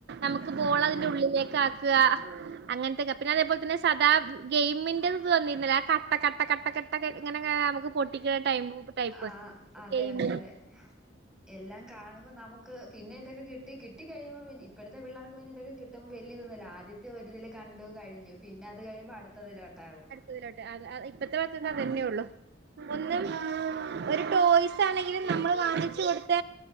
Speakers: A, on the right; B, in the centre.
A: നമുക്ക് ബോൾ അതിന്റെ ഉള്ളിലേക്ക് ആക്ക അങ്ങൻത്തൊക്കെ പിന്നെ അതേപോലെ തന്നെ സദാ ഗെയിമിന്റെ തോന്നില്ല ആ കട്ട കട്ട കട്ട കട്ട ട്ടക്കെ ഇങ്ങനെങ്ങനെ നമുക്ക് പൊട്ടിക്ണ ടൈമ് ടൈപ്പ്
B: ആഹ് അതെ
A: ഗെയിമ്
B: അതെ അതെ എല്ലാം കാണുമ്പോ നമുക്ക് പിന്നെ ഇതൊക്കെ കിട്ടി കിട്ടി കഴിയുമ്പോ ഇപ്പഴത്തെ പിള്ളർക്ക് പിന്നെ ഇതൊക്കെ കിട്ട്പ വല്യതൊന്നുല്ല ആദ്യത്തെ ഒരുരിതില് കണ്ടു കയി യു പിന്ന അത് കഴുമ്പോ അടുത്തതിലോട്ടകും.
A: ഇതിലൊട്ട് അങ് അഹ് ഇപ്പത്തെ മക്കക്ക് അതെന്നെ ഉള്ളു. ഒന്നും ഒരു ടോയ്സ് ആണെങ്കിലും നമ്മൾ വാങ്ങിച്ചു കൊടുത്ത